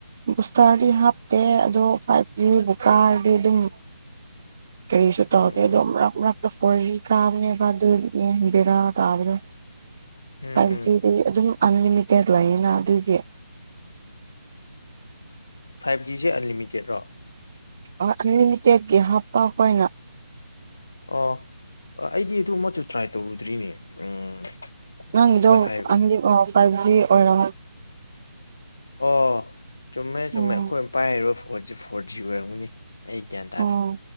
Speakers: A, on the right; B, on the left.
A: ꯕꯨꯁꯇꯔꯗꯤ ꯍꯥꯞꯇꯦ ꯑꯗꯣ ꯐꯥꯏꯚꯖꯤ ꯕꯨꯀꯥꯔꯗꯤ ꯑꯗꯨꯝ ꯀꯔꯤꯁꯨ ꯇꯧꯗꯦ
B: ꯎꯝ ꯎꯝ
A: ꯑꯗꯨꯝ ꯃꯔꯛꯔꯛ ꯈꯣꯏ ꯀꯥꯝꯅꯦ ꯑꯗꯨꯗꯥ ꯇꯥꯕꯗ
B: ꯎꯝ
A: ꯐꯥꯏꯚ
B: ꯎꯝ
A: ꯖꯤꯗꯤ ꯑꯗꯨꯝ ꯑꯟꯂꯤꯃꯤꯇꯦꯠ ꯂꯩꯌꯦꯅ ꯑꯗꯨꯒꯤ
B: ꯐꯥꯏꯚ ꯖꯤꯁꯦ ꯑꯟꯂꯤꯃꯤꯇꯦꯠꯔꯣ
A: ꯑꯟꯂꯤꯃꯤꯇꯦꯠ ꯍꯥꯞꯄ ꯍꯅ
B: ꯑ ꯑꯩꯗꯤ ꯑꯗꯨ ꯃꯆꯨ ꯇ꯭ꯔꯥꯏ ꯇꯧꯔꯨꯗ꯭ꯔꯤꯅꯦ ꯎꯝ
A: ꯅꯪꯗꯣ
B: ꯋꯥꯏꯐꯥꯏ
A: ꯐꯥꯏꯚ ꯑꯣꯏꯔ
B: ꯑꯣ ꯆꯨꯝꯃꯦ ꯆꯨꯝꯃꯦ
A: ꯎꯝ
B: ꯑꯩꯈꯣꯏꯅ ꯄꯥꯏꯔꯤꯕ ꯐꯣꯟꯁꯦ ꯐꯣꯔ ꯖꯤ ꯑꯣꯏꯔꯝꯒꯅꯤ ꯑꯩ ꯒ꯭ꯌꯥꯟ ꯇꯥꯔꯦ
A: ꯑꯣ